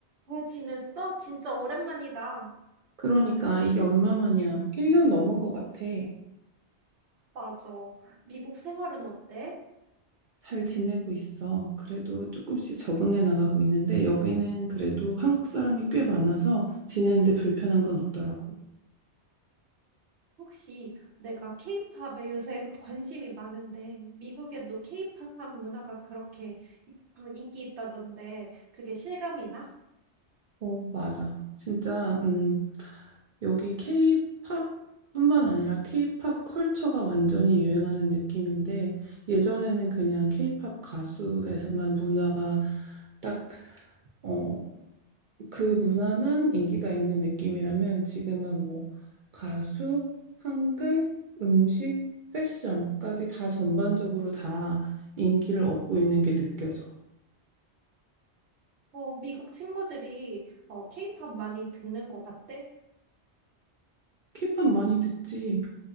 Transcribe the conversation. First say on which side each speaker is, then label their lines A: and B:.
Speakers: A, on the right; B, on the right.
A: 잘 지냈어? 진짜 오랜만이다.
B: 그러니까 이게 얼마만이야? 1년 넘은 것 같아.
A: 맞아. 미국 생활은 어때?
B: 잘 지내고 있어. 그래도 조금씩 적응해 나가고 있는데 여기는 그래도 한국 사람이 꽤 많아서 지내는데 불편한 건 없더라고.
A: 혹시 내가 케이팝에 요새 관심이 많은데, 미국에도 케이팝 문화가 그렇게 <clears throat> 이- 음, 인기 있다던데, 그게 실감이 나?
B: 어, 맞아. 진짜 음, 여기 K-팝뿐만 아니라 K-팝 컬처가 완전히 유행하는 느낌인데 예전에는 그냥 K-팝 가수에서만 문화가 딱 어, 그 문화만 인기가 있는 느낌이라면 지금은 뭐 가수, 한글, 음식, 패션까지 다 전반적으로 다 인기를 얻고 있는 게 느껴져.
A: 어, 미국 친구들이 어, 케이팝 많이 듣는 것 같대?
B: 케이팝 많이 듣지.